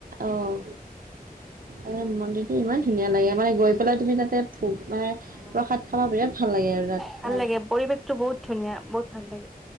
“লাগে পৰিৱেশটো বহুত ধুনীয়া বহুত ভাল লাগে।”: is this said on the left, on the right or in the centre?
Centre